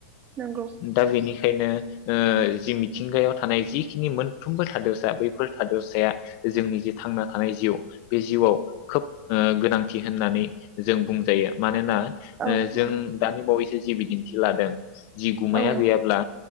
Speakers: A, on the right; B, on the left.
A: नंगौ
B: दा बेनि बेखायनो ओ जि मिथिंगायाव थानाय जिखिनि मोनफ्रोमबो थादोरसा बैफोर थादोरसाया जोंनि जे थांना थानाय जिउ बे जिउआव खोब ओ गोनांथि होननानै जों बुंजायो। मानोना
A: औ
B: ओ जों
A: नंगौ
B: दानि बावैसो जि बिदिन्थि लादों जि गुमाया
A: औ नंगौ
B: गैयाब्ला